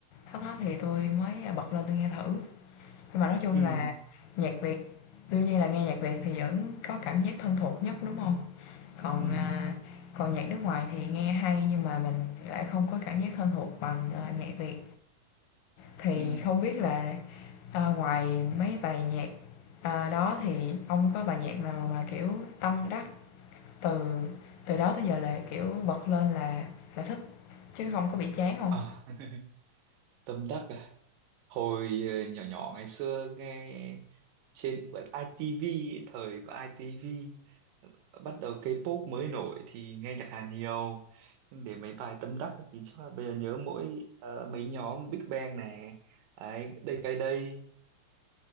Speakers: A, on the left; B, on the right.
A: hot hot thì tôi mới bật lên tôi nghe thử nhưng mà nói chung
B: ừ
A: là nhạc Việt đương nhiên là nghe nhạc Việt thì vẫn có cảm giác thân thuộc nhất, đúng không Còn,
B: ừ
A: à, còn nhạc nước ngoài thì nghe hay nhưng mà mình lại không có cảm giác thân thuộc bằng, ờ, nhạc Việt. Thì
B: ừ
A: không biết là, ờ, ngoài mấy bài nhạc, ờ, đó thì ông có bài nhạc nào mà, kiểu, tâm đắc từ từ đó tới giờ là, kiểu, bật lên là là thích chứ không có bị chán không
B: ờ <laughs> Tâm Đắc à hồi ờ, nhỏ nhỏ ngày xưa nghe trên bật ITV ấy, thời của ITV bắt đầu K-pop mới nổi thì nghe nhạc Hàn nhiều để mấy bài tâm đắc thì chắc là bây giờ nhớ mỗi ờ, mấy nhóm Big Bang này đấy, Day by Day